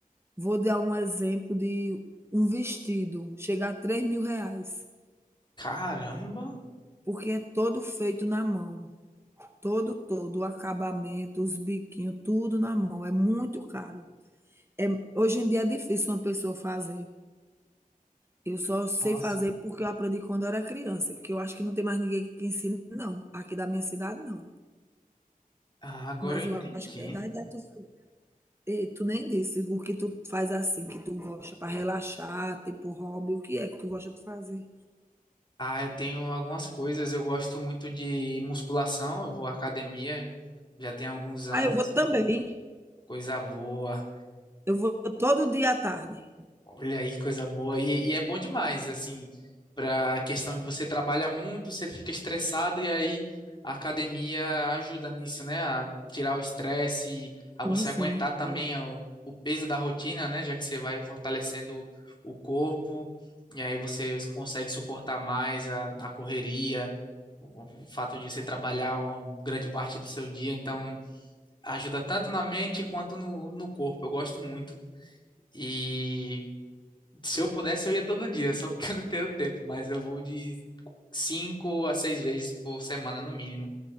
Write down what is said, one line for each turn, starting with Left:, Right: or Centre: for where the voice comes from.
Right: vou dar um exemplo de um vestido, chega a três mil reais
Left: Caramba,
Right: porque é todo feito na mão, todo, todo, o acabamento, os biquinhos, tudo na mão, é muito caro. É hoje em dia é difícil uma pessoa fazer, eu só sei
Left: nossa,
Right: fazer porque eu aprendi quando eu era criança, que eu acho que não tem mais ninguém que ensine não, aqui da minha cidade não,
Left: Ah, agora
Right: mas
Left: eu
Right: eu
Left: entendi.
Right: acho que é da idade da tua E tu nem disse o que tu faz assim, que tu gosta para relaxar, tipo hobby, o que é que tu gosta de fazer?
Left: Ah, eu tenho algumas coisas. Eu gosto muito de musculação. Eu vou à academia já tem alguns anos.
Right: Ah, eu vou também.
Left: Coisa boa.
Right: Eu vou todo dia à tarde.
Left: Olha aí que coisa boa. E, e é bom demais, assim, para a questão de você trabalhar muito, você fica estressado e aí a academia ajuda nisso, né? A tirar o estresse, a
Right: Sim,
Left: você
Right: sim.
Left: aguentar também
Right: É.
Left: o, o peso da rotina, né? Já que você vai fortalecendo o corpo e aí você consegue suportar mais a, a correria, o, o fato de você trabalhar uma grande parte do seu dia. Então, ajuda tanto na mente quanto no, no corpo. Eu gosto muito. E. Se eu pudesse, eu ia todo dia, só porque eu não tenho tempo, mas eu vou de cinco a seis vezes por semana no mínimo.